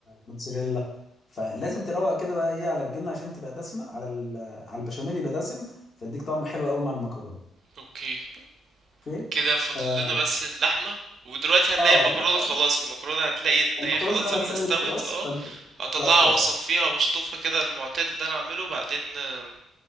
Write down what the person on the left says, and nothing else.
موتزاريلا فلازم تروق كده بقى ايه على الجبنه عشان تبقى دسمه على ال- على البشاميل يبقى دسم فيديك طعم حلو قوي مع المكرونه
اوكي
اه,
آه
انت بقى
ايه
المكرونه
زي ما
انا اتسلقت
خلاص
فانت بالظبط
اه